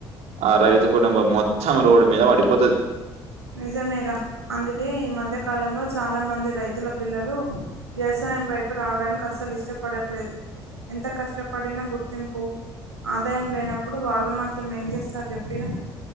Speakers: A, on the right; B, on the right.
A: ఆ రైతు కుటుంబం మొత్తం రోడ్డు మీద పడిపోతది.
B: నిజమేరా అందుకే ఈ మధ్య కాలంలో చాలా మంది రైతుల పిల్లలు. వ్యవసాయం వైపు రావడానికి అసలు ఇష్టపడట్లేదు ఎంత కష్టపడినా గుర్తింపు. ఆదాయం లేనప్పుడు వాళ్ళు మాత్రం ఏం చేస్తారు చెప్పిఇగ.